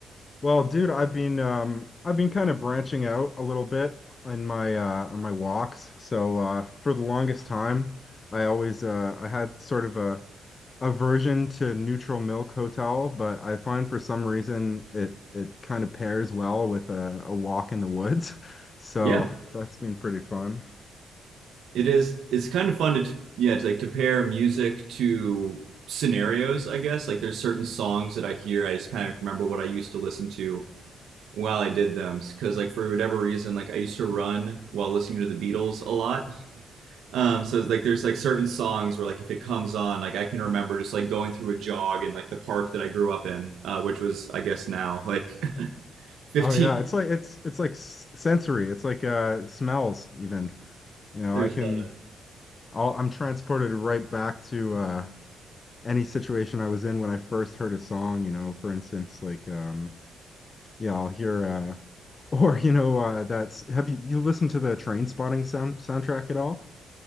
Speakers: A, on the left (about 30°); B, on the right (about 75°).
A: Well, dude, I've been um I've been kind of branching out a little bit in my uh on my walks. So uh for the longest time, I always uh I had sort of a aversion to Neutral Milk Hotel, but I find for some reason it it kind of pairs well with a, a walk in the woods. <laughs> So
B: Yeah,
A: that's been pretty fun.
B: it is. It's kind of fun to, t- yeah, to like to pair music to scenarios, I guess. Like there's certain songs that I hear, I just kind of remember what I used to listen to while I did them. Because like for whatever reason, like I used to run while listening to the Beatles a lot. Um, so like there's like certain songs where like if it comes on, like I can remember just like going through a jog in like the park that I grew up in, uh, which was I guess now like <laughs> 15.
A: Oh yeah, it's like it's it's like s sensory. It's like uh smells even. You know,
B: There's
A: I can
B: uh,
A: I'll, I'm transported right back to uh, any situation I was in when I first heard a song. You know, for instance, like um, yeah, I'll hear uh, <laughs> or you know uh, that's have you you listened to the Train Spotting sound soundtrack at all?